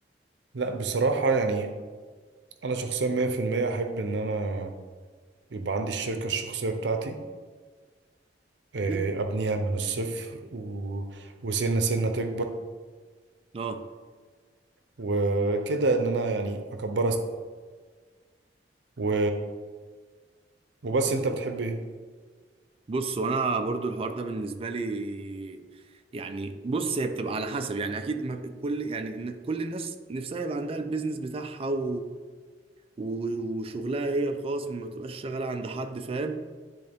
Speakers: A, on the right; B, on the right.
A: لا بصراحة يعني انا شخصيا 100% احب ان انا يبقى عندي الشركة الشخصية بتاعتي آه،
B: أكيد.
A: ابنيها من الصفر و... وسنة سنة تكبر
B: اه
A: وكده ان انا يعني اكبرها س- و... وبس انت بتحب ايه
B: بص وانا برضو الحوار ده بالنسبه لي يعني بص هي بتبقى على حسب يعني اكيد ما كل يعني إن- كل الناس نفسها يبقى عندها البيزنس بتاعها و... و- وشغلها هي الخاص ما تبقاش شغاله عند حد فاهم